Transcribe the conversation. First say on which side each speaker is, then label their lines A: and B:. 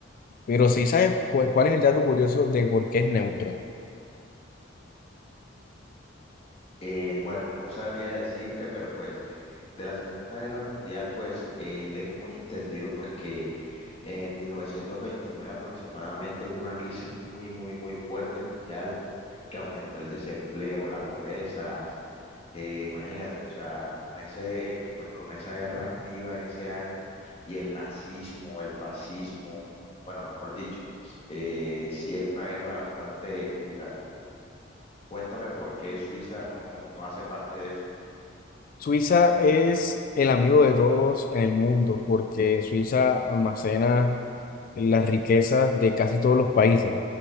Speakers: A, on the left; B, on the left.
A: Pero sí sabes pues, cuál es el dato curioso de por qué es neutro.
B: Eh, bueno, no sabría decirte, pero pues... de la Segunda Guerra Mundial, pues eh, tengo muy entendido pues que en 1929 aproximadamente hubo una crisis muy, muy, muy fuerte mundial que aumentó el desempleo, la pobreza. eh, imagínate, o sea, con ese, pues con esa guerra activa en ese año y el nazismo, el fascismo, bueno, mejor dicho, pues eh, sí es una guerra bastante dura. Cuéntame por qué Suiza no, no hace parte de eso.
A: Suiza es el amigo de todos en el mundo porque Suiza almacena las riquezas de casi todos los países.